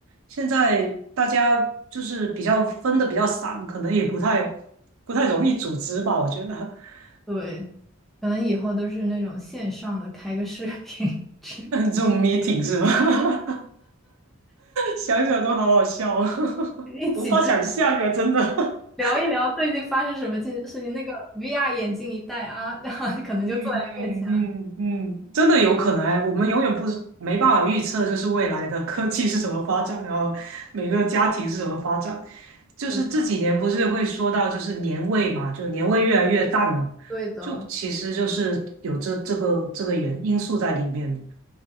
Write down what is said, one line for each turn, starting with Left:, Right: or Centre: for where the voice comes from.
Right: 现在大家就是比较分的比较散，可能也不太不太容易组织吧，我觉得 <laughs>
Centre: 对，可能以后都是那种线上的，开个视频，<laughs> 去
Right: 这种 meeting 是吧？<laughs> 想想都好好笑，<laughs>
Centre: 一起就是
Right: 无法想象哎，真的。
Centre: 聊一聊最近发生什么件事情。
Right: <laughs>
Centre: 那个 VR 眼镜一戴啊，<laughs> 然后可能就坐在面前了。
Right: 嗯嗯嗯嗯，真的有可能哎，我们永远不知没办法预测，就是未来的科技是怎么发展，然后每个家庭是怎么发展。就是这几年不是会说到就是年味嘛，
Centre: 是的，
Right: 就年味越来越淡了，
Centre: 对的，
Right: 就其实就是有这这个这个原因素在里面。